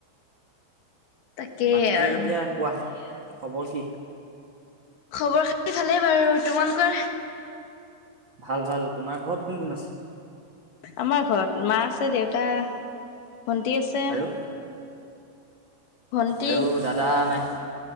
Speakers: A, on the left; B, on the right.
A: তাকেই
B: বাকী
A: আৰু
B: এতিয়া কোৱা খবৰ কি?
A: খবৰ-খাতি ভালেই বাৰু। তোমালোকৰ?
B: ভাল ভাল। তোমাৰ ঘৰত কোন কোন আছে?
A: আমাৰ ঘৰত মা আছে, দেউতা, ভণ্টি আছে।
B: আৰু
A: ভন্টি
B: আৰু দাদা নাই?